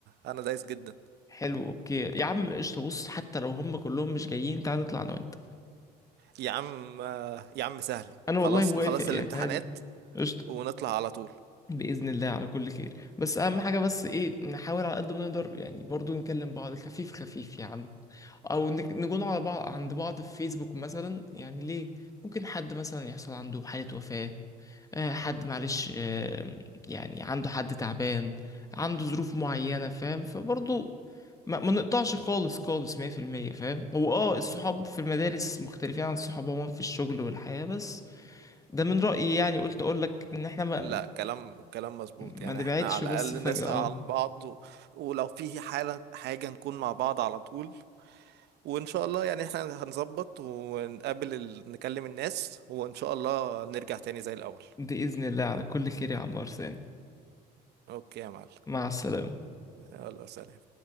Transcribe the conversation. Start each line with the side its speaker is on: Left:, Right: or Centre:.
Right: انا دايس جدا
Left: حلو اوكي يا عم قشطة بص حتى لو هم كلهم مش جايين تعال نطلع انا وانت
Right: يا عم يا عم سهلة
Left: انا
Right: خلاص
Left: والله موافق
Right: نخلص الامتحانات
Left: يعني عادي قشطة
Right: ونطلع على طول
Left: بإذن الله على كل خير بس أهم حاجة بس إيه نحاول على قد ما نقدر يعني برضو نكلم بعض خفيف خفيف يا عم أو نك- نكون على بعض عند بعض في فيسبوك مثلا يعني ليه ممكن حد مثلا يحصل عنده حالة وفاة آه، حد معلش آه، يعني عنده حد تعبان عنده ظروف معينة فاهم فبرضو ما, ما نقطعش خالص خالص 100% فاهم هو اه الصحاب في المدارس مختلفين عن الصحاب عموما في الشغل والحياة بس ده من رأيي يعني قلت اقول لك ان احنا ما
Right: لا كلام كلام مظبوط
Left: ما
Right: يعني
Left: نبعدش
Right: احنا على
Left: بس
Right: الأقل
Left: فجأة
Right: نسأل
Left: اه
Right: عن بعض و... ولو في حالة حاجة نكون مع بعض على طول وإن شاء الله يعني احنا هنظبط ونقابل ال... نكلم الناس وإن شاء الله نرجع تاني زي الأول
Left: بإذن الله على كل خير يا عمار ثاني
Right: أوكي يا معلم
Left: مع السلامة
Right: يلا سلام